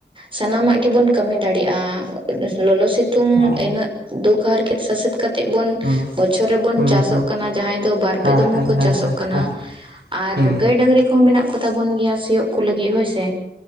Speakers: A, on the right (about 30°); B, on the right (about 70°).
A: ᱥᱟᱱᱟᱢᱟᱜ ᱜᱮᱵᱚᱱ ᱠᱟᱹᱢᱤ ᱫᱟᱲᱮᱜ-ᱟ, ᱵᱟᱥ ᱞᱚᱞᱚ ᱥᱤᱛ ᱛᱩᱝ
B: ᱦᱮᱸ
A: ᱤᱱᱟᱹᱜ ᱫᱩᱠ ᱦᱟᱨᱠᱮᱛ ᱥᱟᱥᱮᱛ ᱠᱟᱛᱮᱜ ᱵᱚᱱ,
B: ᱦᱩᱸ
A: ᱵᱚᱪᱷᱚᱨ ᱨᱮᱵᱚᱱ
B: ᱦᱩᱸ
A: ᱪᱟᱥᱚᱜ
B: ᱦᱩᱸ
A: ᱠᱟᱱᱟ, ᱡᱟᱦᱟᱸᱭ ᱫᱚ ᱵᱟᱨᱯᱮ
B: ᱦᱮᱸ
A: ᱫᱚᱢ
B: ᱦᱮᱸ
A: ᱦᱚᱸᱠᱚ
B: ᱦᱮᱸ
A: ᱪᱟᱥᱚᱜ
B: ᱦᱮᱸ
A: ᱠᱟᱱᱟ᱾ ᱟᱨ
B: ᱦᱮᱸ
A: ᱜᱟᱹᱭ ᱰᱟᱝᱨᱤ ᱠᱚᱦᱚᱸ ᱢᱮᱱᱟᱜ ᱠᱚ ᱛᱟᱵᱚᱱ ᱜᱮᱭᱟ ᱥᱤᱭᱳᱜ ᱠᱚ ᱞᱟᱹᱜᱤᱫ ᱦᱳᱭ ᱥᱮ᱾